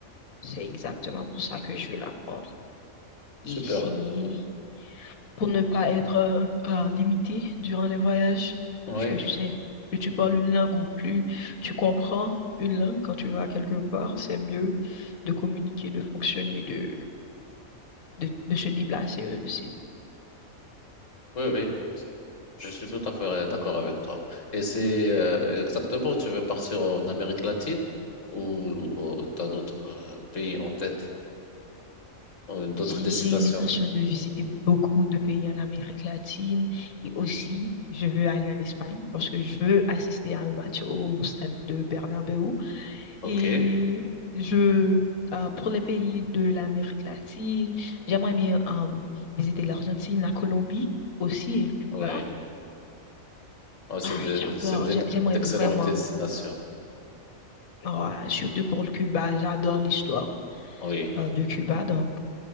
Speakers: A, on the left; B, on the left.
A: c'est exactement pour ça que je veux l'apprendre.
B: Super.
A: Ici. pour ne pas être euh, un euh, limité durant les voyages.
B: Oui,
A: Puisque tu sais, plus tu parles une langue ou plus tu comprends une langue quand tu vas quelque part, c'est mieux de communiquer, de fonctionner, de, de, de se déplacer aussi.
B: oui, oui. Je suis tout à fait d'accord avec toi. Et c'est euh, exactement, tu veux partir en Amérique latine ou tu as d'autres euh, pays en tête, ou d'autres
A: J'ai
B: destinations?
A: j'ai l'intention de visiter beaucoup de pays en Amérique latine et aussi je veux aller en Espagne parce que je veux assister à un match au stade de Bernabéu.
B: Ok,
A: Et je, euh, pour les pays de l'Amérique latine, j'aimerais bien euh, visiter l'Argentine, la Colombie aussi et le Cuba.
B: oui. Ah, c'est
A: Ah,
B: de-
A: j'adore,
B: c'est d'ex-
A: j'ai- j'aimerais
B: d'excellentes
A: vraiment,
B: destinations.
A: ah, surtout pour le Cuba, j'adore l'histoire
B: Oui.
A: euh, de Cuba. Donc,